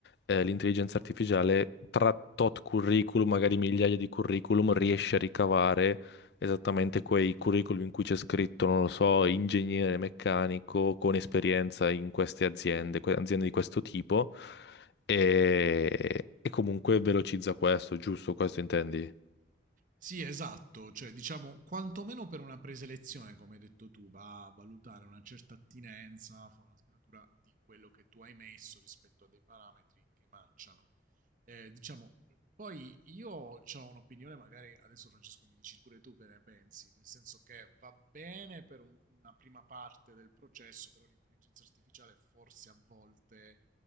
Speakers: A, on the left; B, on the right.
A: eh, l'intelligenza artificiale tra tot curriculum, magari migliaia di curriculum, riesce a ricavare esattamente quei curriculum in cui c'è scritto, non lo so, ingegnere meccanico con esperienza in queste aziende, que- aziende di questo tipo e, e comunque velocizza questo, giusto? Questo intendi?
B: Sì, esatto, cioè diciamo quantomeno per una preselezione, come hai detto tu, va a valutare una certa attinenza, fa una scannatura di quello che tu hai messo rispetto a dei parametri che matchano. Eh, diciamo, poi io ho un'opinione, magari adesso Francesco mi dici pure tu che ne pensi, nel senso che va bene per un- una prima parte del processo, però l'intelligenza artificiale forse a volte